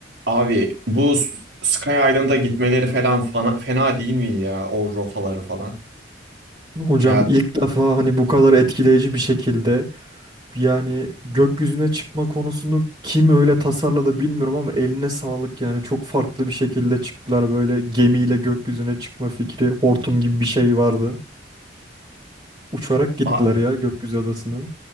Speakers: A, on the right; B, on the right.
A: Abi bu Sky Island'a gitmeleri falan fena, fena değil mi ya o rotaları falan?
B: Hocam
A: Ya
B: ilk defa hani bu kadar etkileyici bir şekilde yani gökyüzüne çıkma konusunu kim öyle tasarladı bilmiyorum ama eline sağlık yani çok farklı bir şekilde çıktılar böyle gemiyle gökyüzüne çıkma fikri hortum gibi bir şey vardı. Uçarak gittiler
A: a-
B: ya gökyüzü adasına.